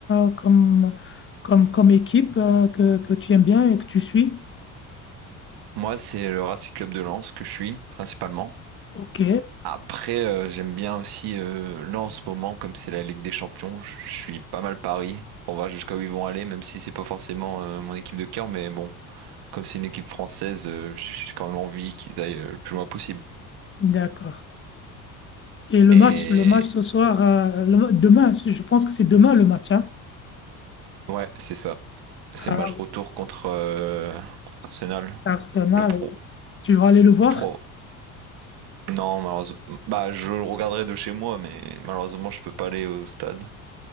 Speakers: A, on the left; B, on the right.
A: comme, euh, comme, comme, comme équipe euh, que, que tu aimes bien et que tu suis?
B: Moi, c'est le Racing Club de Lens que je suis principalement.
A: Ok,
B: Après, euh, j'aime bien aussi, euh, là en ce moment, comme c'est la Ligue des Champions, je je suis pas mal Paris. On va jusqu'à où ils vont aller, même si c'est pas forcément euh, mon équipe de cœur, mais bon, comme c'est une équipe française, euh, j'ai quand même envie qu'ils aillent euh, le plus loin possible.
A: d'accord. Et le
B: Et
A: match, le match ce soir, euh, le ma- demain, je pense que c'est demain le match, hein?
B: ouais, c'est ça. C'est
A: Ah,
B: le match
A: oui,
B: retour contre, euh, contre Arsenal,
A: Arsenal,
B: le pro,
A: tu vas aller le voir?
B: le pro. Non, malheureusement, bah je le regarderai de chez moi, mais malheureusement, je peux pas aller au stade.